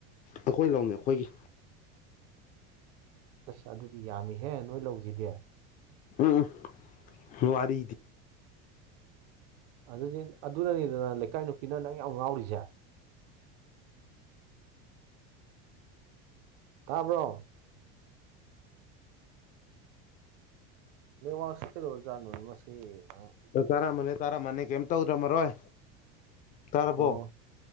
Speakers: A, on the left (about 25°); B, on the right (about 65°).
A: ꯑꯩꯈꯣꯏ ꯂꯧꯅ‌ꯦ ꯑꯩꯈꯣꯏꯒꯤ
B: ꯑꯁ ꯑꯗꯨꯗꯤ ꯌꯥꯝꯃꯤꯍꯦ ꯅꯣꯏ ꯂꯧꯖꯤꯗꯤ
A: <unintelligible> ꯋꯥꯔꯤꯗꯤ
B: ꯑꯗꯨꯗꯤ ꯑꯗꯨꯅꯅꯤꯗꯅ ꯂꯩꯀꯥꯏ ꯅꯨꯄꯤꯅ ꯅꯪ ꯌꯥꯝ ꯉꯥꯎꯔꯤꯖ‌ꯦ ꯇꯥꯕ꯭ꯔꯣ ꯅꯦꯠꯋꯥꯛꯁꯦ ꯀꯩꯗꯧꯔ ꯖꯥꯠꯅ‌ꯣ ꯃꯁꯤ ꯑꯉꯥꯡ
A: <unintelligible> ꯇꯔꯝꯃꯥꯅꯦ ꯇꯥꯔꯝꯃꯅꯦ ꯀꯩꯝ ꯇꯧꯗ꯭ꯔꯃꯔꯣꯏ ꯇꯥꯔꯕꯣ
B: ꯑꯣ